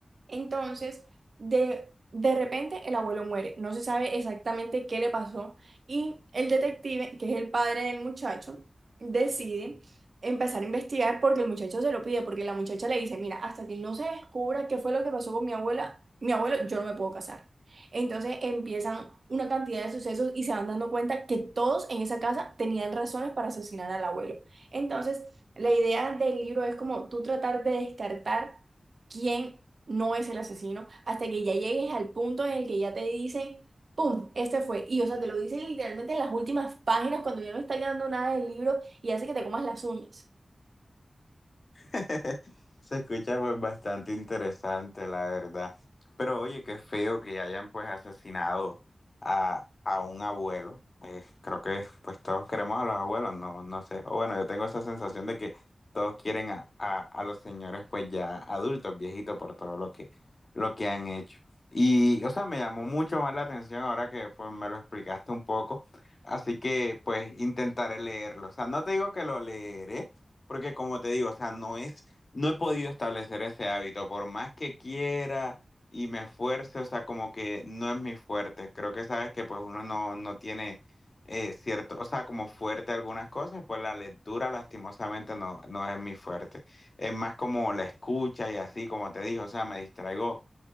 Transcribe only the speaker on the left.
<laughs> Se escucha pues bastante interesante, la verdad. Pero oye, qué feo que hayan pues asesinado a, a un abuelo. Eh, creo que pues todos queremos a los abuelos, no, no sé. O bueno, yo tengo esa sensación de que todos quieren a, a- a los señores pues ya adultos, viejitos, por todo lo que, lo que han hecho. Y, o sea, me llamó mucho más la atención ahora que pues me lo explicaste un poco. Así que pues intentaré leerlo. O sea, no te digo que lo leeré, porque como te digo, o sea, no es no he podido establecer ese hábito, por más que quiera y me esfuerce, o sea, como que no es mi fuerte. Creo que sabes que pues uno no, no tiene eh, cierto, o sea, como fuerte algunas cosas, pues la lectura lastimosamente no, no es mi fuerte. Es más como la escucha y así, como te dije, o sea, me distraigo